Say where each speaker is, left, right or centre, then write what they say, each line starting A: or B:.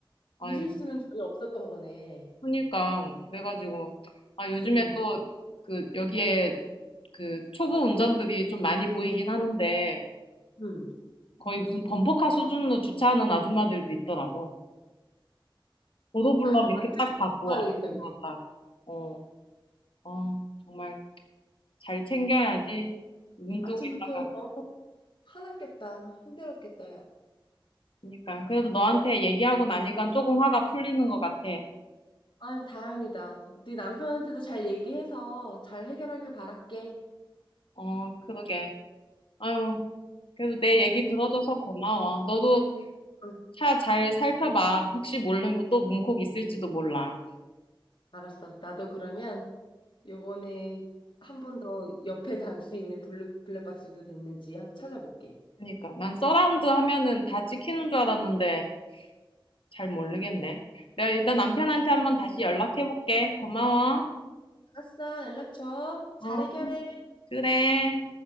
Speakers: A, on the left; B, on the left.
A: 아유,
B: 네 실수는 전혀 없었던 거네.
A: 그니까. 그래가지고, 아, 요즘에
B: 응,
A: 또 그 여기에 그 초보 운전들이 좀 많이 보이긴 하는데
B: 응.
A: 거의 무슨 범퍼카 수준으로 주차하는 아줌마들도 있더라고. 보도블럭
B: 마트를
A: 이렇게 딱 받고
B: 가야
A: 아줌마
B: 되겠다, 우리.
A: 같아. 어, 어, 정말 잘 챙겨야지. 눈
B: 아침부터
A: 뜨고 있다가.
B: 너무 화났겠다. 힘들었겠다, 야.
A: 그러니까 그래도 너한테 얘기하고 나니까 조금 화가 풀리는 것 같아.
B: 아유, 다행이다. 네 남편한테도 잘 얘기해서 잘 해결하길 바랄게.
A: 어, 그러게. 아유, 그래도 내 얘기 들어줘서 고마워. 너도
B: 응.
A: 차 잘 살펴봐. 혹시 모르면 또 문콕 있을지도 몰라.
B: 알았어. 나도 그러면 요번에 한 번 더 옆에 달 수 있는 블루, 블랙박스도 됐는지 한번 찾아볼게.
A: 그러니까 난 서라운드 하면은 다 찍히는 줄 알았는데 잘 모르겠네. 내가 일단 남편한테 한번 다시 연락해볼게. 고마워.
B: 알았어. 연락 줘. 잘
A: 어,
B: 해결해.
A: 그래.